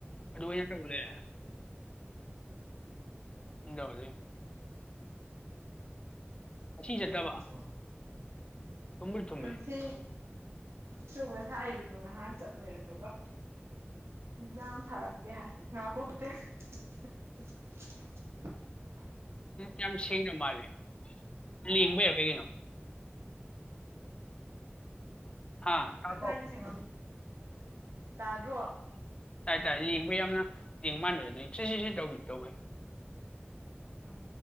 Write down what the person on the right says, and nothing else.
ꯐ
ꯉ
ꯉꯁꯤ ꯁꯨ ꯉꯁꯥ ꯑꯌꯨꯛꯇꯨ ꯉꯥꯏꯍꯥꯛ ꯆꯠꯂꯣꯏ ꯑꯗꯨꯒ ꯌꯥꯝꯝ ꯐꯔꯛ ꯇ ꯍꯥꯏ ꯉ ꯄꯣꯛꯇ <unintelligible>
ꯥꯏꯁ ꯇꯥꯗ꯭ꯔꯣ
ꯎꯝ